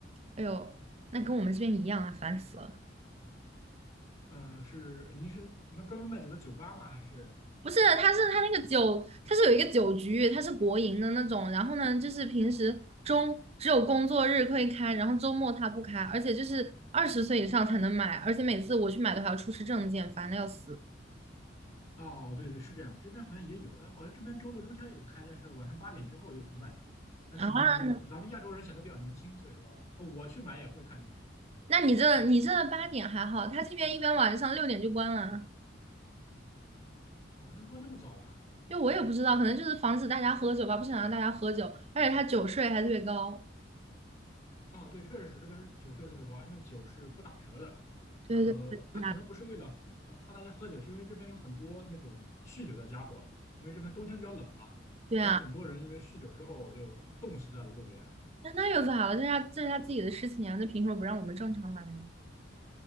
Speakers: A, on the right; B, on the left.
A: 哎呦，那跟我们这边一样啊，烦死了。
B: 呃，是您是什么专门卖酒的酒吧吗？还是？
A: 不是，他是他那个酒，他是有一个酒局，他是国营的那种。然后呢，就是平时中只有工作日可以开，然后周末他不开，而且就是二十岁以上才能买，而且每次我去买都还要出示证件，烦的要死
B: 哦，对对，是这样，这边好像也有，但好像这边周六周天也开，但是晚上八点之后又不卖酒了那可能你咱们亚洲人显得比较年轻，
A: 啊！
B: 所以说呃我去买也会看证件。
A: 那你这你这八点还好，他这边一般晚上六点就关了。
B: 哇，那关这么早吗？
A: 就我也不知道，可能就是防止大家喝酒吧，不想让大家喝酒，而且他酒税还特别高。
B: 哦，对，确实是这边酒税特别高，而且酒是不打折的。
A: 对对对，
B: 呃，他可能不是为了呃怕大家喝酒，是因为这边有很多那种酗酒的家伙，因为这边冬天比较冷嘛，
A: 对啊，
B: 有很多人因为酗酒之后就冻死在了路边。
A: 那那有啥了？这是他这是他自己的事情啊，那凭什么不让我们正常买呢？